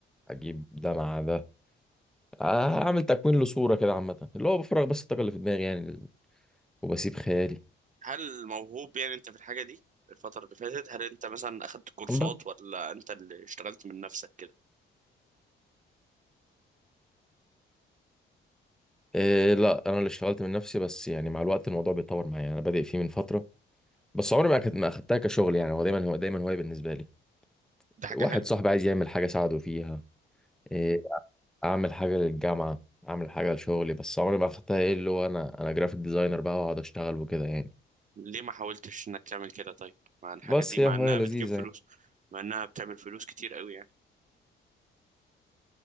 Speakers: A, in the centre; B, on the right.
A: اجيب ده مع ده آه، اعمل تكوين لصوره كده عامه اللي هو بفرغ بس الطاقه اللي في دماغي يعني وبسيب خيالي
B: هل موهوب يعني انت في الحاجة دي الفترة اللي فاتت هل انت مثلا اخدت كورسات
A: بس
B: ولا انت اللي اشتغلت من نفسك كده
A: إيه لا انا اللي اشتغلت من نفسي بس يعني مع الوقت الموضوع بيتطور معايا انا بادئ فيه من فتره بس عمري ما أخد- ما اخدتها كشغل يعني هو دايما هو دايما هواية بالنسبة لي
B: دي حاجة
A: واحد
B: حلوة
A: صاحبي عايز يعمل حاجة ساعده فيها إيه اعمل حاجة للجامعة اعمل حاجة لشغلي بس عمري ما اخدتها ايه اللي هو انا انا جرافيك ديزاينر بقى واقعد اشتغل وكده يعني
B: ليه ما حاولتش انك تعمل كده طيب مع الحاجة
A: بس
B: دي مع
A: هي هواية
B: انها
A: لذيذة
B: بتجيب فلوس
A: يعني
B: مع انها بتعمل فلوس كتير قوي يعني